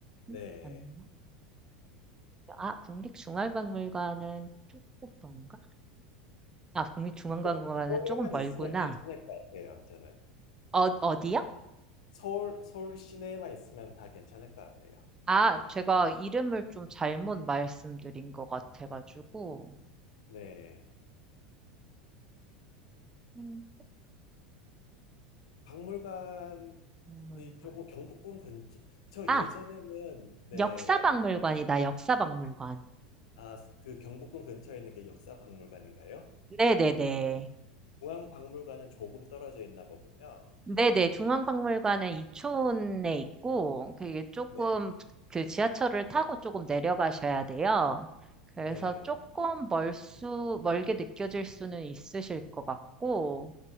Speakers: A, on the left; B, on the right.
A: 네.
B: 음, 맞나? 아, 국립중앙박물관은 조금 먼가? 아, 국립중앙박물관은
A: 어, 서울에만
B: 조금 멀구나.
A: 있으면 괜찮을 것 같아요, 저는.
B: 어, 어디요?
A: 서울, 서울 시내에만 있으면 다 괜찮을 것 같아요.
B: 아, 제가 이름을 좀 잘못 말씀드린 것 같아가지고.
A: 네.
B: 음,
A: 박물관이
B: 박물관.
A: 조금 경복궁 근처, 저
B: 아,
A: 예전에는, 네,
B: 역사박물관이다, 역사박물관.
A: 아, 그 경복궁 근처에 있는 게 역사박물관인가요?
B: 네네네.
A: 그러면 중앙박물관은 조금 떨어져 있나 보군요.
B: 네네, 중앙박물관은 이촌에 있고, 그게 조금
A: 네,
B: 그 지하철을 타고 조금 내려가셔야 돼요. 그래서
A: 네,
B: 조금 멀수, 멀게 느껴질 수는 있으실 것 같고,